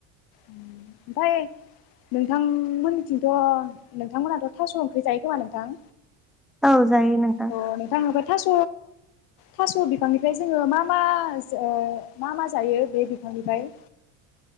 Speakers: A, on the left (about 60°); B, in the centre.
A: ओम ओमफाय नोंथांमोननिथिंथ' नोंथांमोनहाथ' थास' ओंक्रि जायो खोमा नोंथां?
B: औ जायो नोंथां।
A: अ नोंथां ओमफ्राय थास' थास' बिफांनिफ्राय जोंङो मा मा ओ मा मा जायो बे बिफांनिफाय।